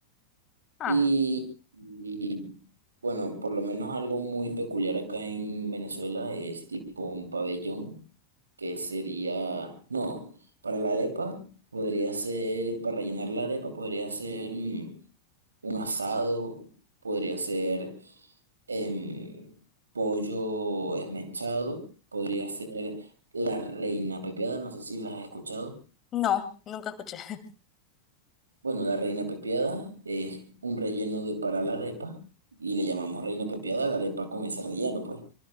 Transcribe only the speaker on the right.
Y, y, bueno, por lo menos algo muy peculiar acá en Venezuela es tipo un pabellón, que sería, no, para la arepa podría ser, para rellenar la arepa podría ser mm, un asado, podría ser em, pollo esmechado, podría ser la reina pepiada, no sé si las has escuchado.
Bueno, la reina pepiada es un relleno de para la arepa y le llamamos reina pepiada a la arepa con ese relleno, pues,